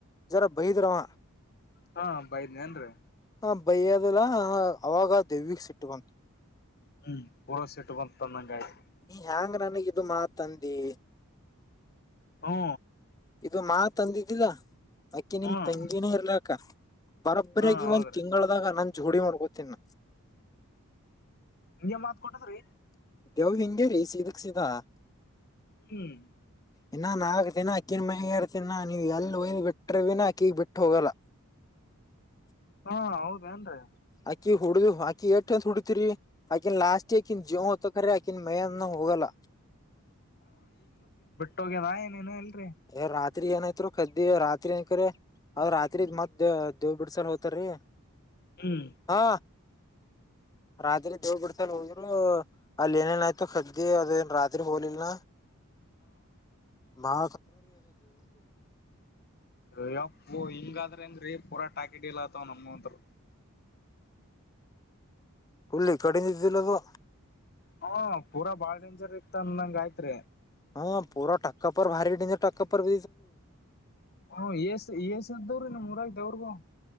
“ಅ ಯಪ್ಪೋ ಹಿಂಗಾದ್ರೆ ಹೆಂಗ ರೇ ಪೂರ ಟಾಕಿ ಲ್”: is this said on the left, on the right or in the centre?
Left